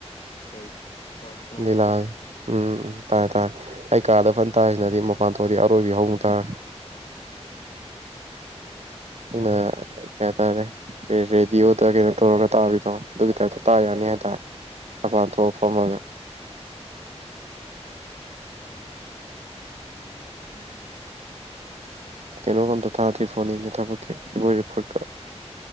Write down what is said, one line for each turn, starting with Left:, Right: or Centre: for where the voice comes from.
Left: ꯀꯩ ꯑꯣ ꯁꯨꯃꯥꯡ
Right: ꯂꯤꯂꯥꯥꯖꯦ
Left: ꯂꯥꯛꯑꯔ
Right: ꯎꯝ ꯇꯥꯔꯦ ꯇꯥꯔꯦ ꯑꯩ ꯀꯥꯗ ꯐꯟ ꯇꯥꯔꯤꯖꯤꯅꯗꯤ ꯃ ꯄꯥꯟꯊꯣꯛꯑꯗꯤ ꯑꯔꯣꯏꯕꯤ ꯍꯧꯅ ꯇꯥꯔꯅꯤ ꯅꯪꯅ ꯀꯌꯥ ꯇꯥꯔꯦ ꯑꯦ ꯔꯦꯗꯤꯑꯣꯗ ꯀꯩꯅꯣ ꯇꯧꯔꯒ ꯇꯥꯕꯤꯗꯣ ꯑꯗꯨꯒꯤ ꯇꯥꯏꯞꯇ ꯇꯥ ꯌꯥꯅꯤ ꯍꯥꯏꯇꯥꯔꯦ ꯃꯄꯥꯟ ꯊꯣꯛꯑ ꯐꯝꯃꯒ
Left: ꯎ ꯎ ꯎꯝ ꯎꯝ
Right: ꯀꯩꯅꯣꯝ ꯑꯝꯇ ꯊꯥꯗ꯭ꯔꯤ ꯐꯣꯟꯅꯤꯅꯦ ꯊꯕꯛꯀꯤ ꯏꯕꯣꯏ ꯔꯤꯄꯣꯔꯠꯀ